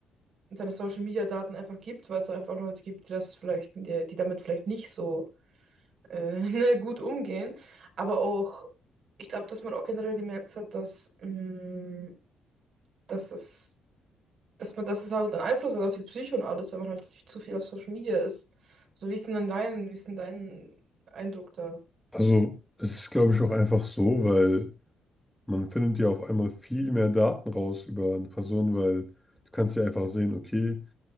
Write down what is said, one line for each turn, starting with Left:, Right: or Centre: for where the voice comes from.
Right: seine Social Media Daten einfach gibt, weil es einfach Leute gibt, die das vielleicht, die, die damit vielleicht nicht so äh, <laughs> ne, gut umgehen. Aber auch, ich glaube, dass man auch generell gemerkt hat, dass, mh, dass das dass man, dass es halt einen Einfluss hat auf die Psyche und alles, wenn man halt zu viel auf Social Media ist. So, wie ist denn dann dein, wie ist denn dein Eindruck da?
Centre: Also es ist glaube ich auch einfach so, weil man findet ja auf einmal viel mehr Daten raus über eine Person, weil du kannst ja einfach sehen, okay,